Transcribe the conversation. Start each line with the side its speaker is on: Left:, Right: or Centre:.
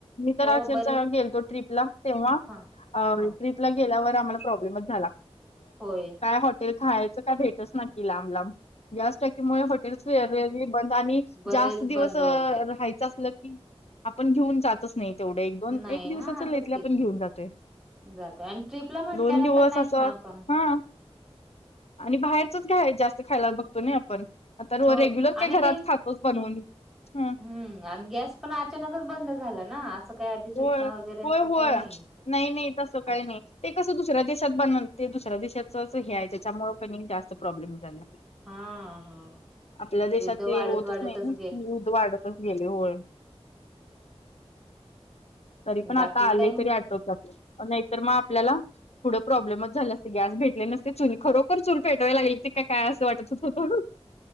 Left: मी तर
Centre: हो
Left: अक्षरशा
Centre: बरे
Left: गेलतो, ट्रीपला तेव्हा
Centre: ह
Left: आ
Centre: ह
Left: ट्रीप ला गेल्यावर आम्हाला प्रॉब्लेमच झाला.
Centre: होय
Left: काय हॉटेल खायचं काय भेटच ना की, लांब लांब. गॅस टाकीेमुळ हॉटेल्स वेररली बंद आणि
Centre: बरेच
Left: जास्त दिवस
Centre: बंद होते
Left: राहायचं असल की आपण घेऊन जातच नाही तेवढं. एक दोन
Centre: नाही
Left: एक दिवसाच
Centre: हा तेच
Left: लईत लई आपण
Centre: की
Left: घेऊन जातोय.
Centre: जातोय आणि ट्रीपला म्हटल्यानंतर
Left: दोन दिवस
Centre: नाहीच
Left: असं
Centre: ना आपण
Left: हा आणि बाहेरचच घ्याय जास्त खायला बघतो नाई आपन पर आता रो
Centre: हो
Left: रेग्युलर
Centre: आणि
Left: घरात
Centre: ते
Left: खातोच, बनवून हा.
Centre: हम्म आणि गॅस पण अचानकच बंद झाला ना. असं काही आधी सूचना
Left: होय.
Centre: वगैरे असं
Left: होय होय
Centre: काही नाही
Left: नाही नाही तस
Centre: अच्छा
Left: काय नाही? ते कसं दुसऱ्या देशात बनवून, ते दुसऱ्या देशाचंच हे हाय, त्याच्यामुळ कणी जास्त प्रॉब्लेम झाला.
Centre: हा हा
Left: आपल्या देशात
Centre: युद्ध
Left: ते
Centre: वाढत
Left: होतच
Centre: वाढतच
Left: नाही नि <unintelligible> वाढ. तसच गेले होय.
Centre: ह हू.
Left: तरी पण
Centre: बाकी
Left: आता आलय
Centre: काय
Left: तरी आटोक्यात नाहीतर मग आपल्याला पुढं प्रॉब्लेमच झाला असता की, गॅस भेटले नसते. चूल खरोखर चूल पेटवायला लागल की काय असं वाटत होतं म्हणून.